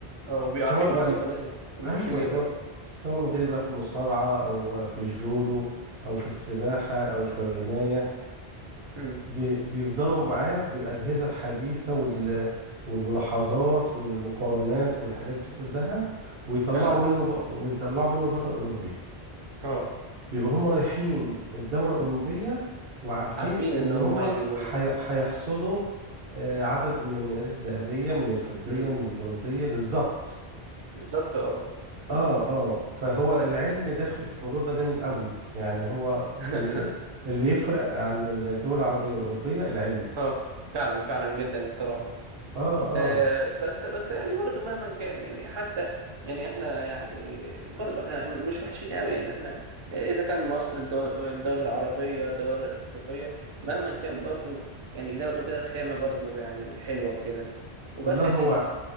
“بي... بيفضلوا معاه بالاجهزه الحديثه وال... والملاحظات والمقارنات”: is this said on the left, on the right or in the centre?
Right